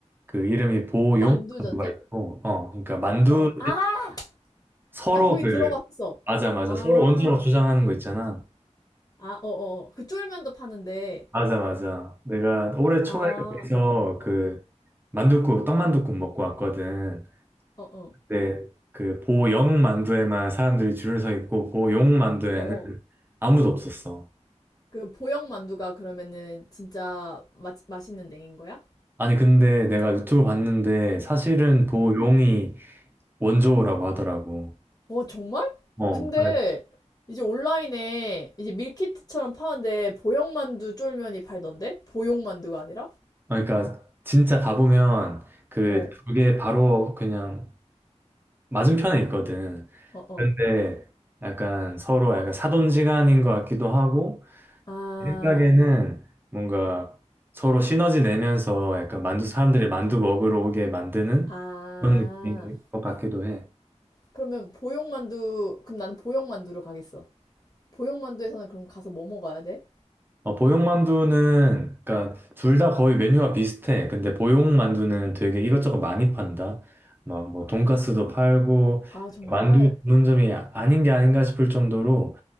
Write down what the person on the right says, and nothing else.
그 이름이 보용
만두가
있고, 어, 그러니까 만두
서로
그
맞아, 맞아.
서로 원수라고 주장하는 거 있잖아.
맞아, 맞아. 내가 올해 초에
거기서
그 만둣국, 떡만둣국 먹고 왔거든.
근데 그 보영 만두에만 사람들이 줄을 서 있고 보용 만두에는
아무도 없었어.
아니, 근데 내가 유튜브 봤는데 사실은 보용이
원조라고 하더라고.
어,
그래.
그러니까 진짜 가보면 그
두 개 바로 그냥 맞은편에 있거든.
그런데 약간 서로 약간 사돈지간인 것 같기도 하고
내 생각에는 뭔가 서로 시너지 내면서 약간 만두 사람들이 만두 먹으러 오게 만드는
그런 느낌인 것 같기도 해.
어, 보육만두는 그러니까 둘 다 거의 메뉴가 비슷해. 근데 보육만두는 되게 이것저것 많이 판다. 막 뭐 돈가스도 팔고
만두 전문점이 아닌 게 아닌가 싶을 정도로